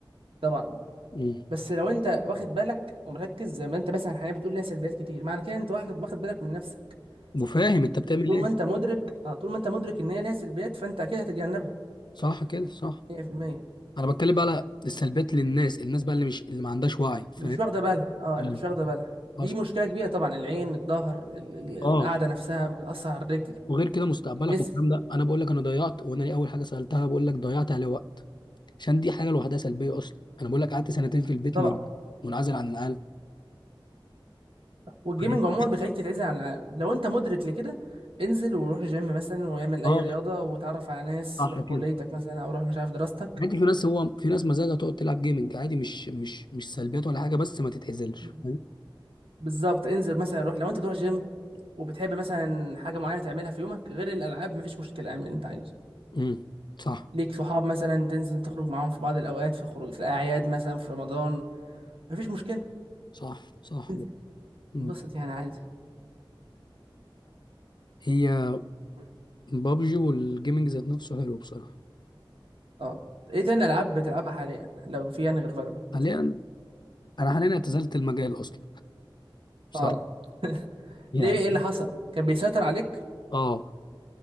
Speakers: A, on the right; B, on the left.
A: طبعا
B: مم.
A: بس لو انت واخد بالك ومركز زي ما انت مثلا حاليا بتقول ليها سلبيات كتير معنى كده انت واخد واخد بالك من نفسك
B: وفاهم انت بتعمل
A: يبقى طول
B: ايه
A: ما انت مدرك اه طول ما انت مدرك ان هي ليها سلبيات فانت اكيد هتتجنبها
B: صح كده صح
A: 100%
B: انا بتكلم بقى على السلبيات للناس الناس بقى اللي مش اللي ما عندهاش وعي فاهم
A: اللي مش واخده بالها اه
B: مم.
A: اللي مش واخده بالها دي
B: حصل
A: مشكله كبيره طبعا العين الظهر ال- ال-
B: اه
A: القعده نفسها بتاثر على الرجل
B: وغير كده مستقبلك
A: الجسم
B: والكلام ده انا بقول لك انا ضيعت وانا ليه اول حاجه سالتها بقول لك ضيعت عليه وقت عشان دي حاجه لوحدها سلبيه اصلا انا بقول لك قعدت سنتين في البيت
A: طبعا
B: ما- منعزل عن العالم
A: والجيمنج
B: فاهم؟
A: عموما بيخليك تتعزل عن العالم لو انت مدرك لكده انزل وروح جيم مثلا واعمل
B: اه
A: اي رياضه وتعرف على ناس
B: صح
A: روح
B: كده
A: كليتك مثلا او روح مش عارف دراستك
B: عادي في ناس هو في ناس مزاجها تقعد تلعب جيمنج عادي مش مش مش سلبيات ولا حاجه بس ما تتعزلش
A: مم.
B: فاهم
A: بالظبط انزل مثلا روح لو انت بتروح جيم وبتحب مثلا حاجة معينة تعملها في يومك غير الألعاب مفيش مشكلة اعمل اللي أنت عايزه
B: امم صح
A: ليك صحاب مثلا تنزل تخرج معاهم في بعض الأوقات في خروج في الأعياد مثلا في رمضان مفيش مشكلة
B: صح صح
A: تنزل
B: مم.
A: انبسط يعني عادي
B: هي
A: مم.
B: بابجي والجيمنج ذات نفسه حلو بصراحه
A: اه ايه تاني ألعاب بتلعبها حاليا لو في يعني غير فالورانت
B: حاليا انا حاليا اعتزلت المجال اصلا بصراحه
A: اه
B: يعني
A: ليه ايه اللي حصل كان بيسيطر عليك
B: اه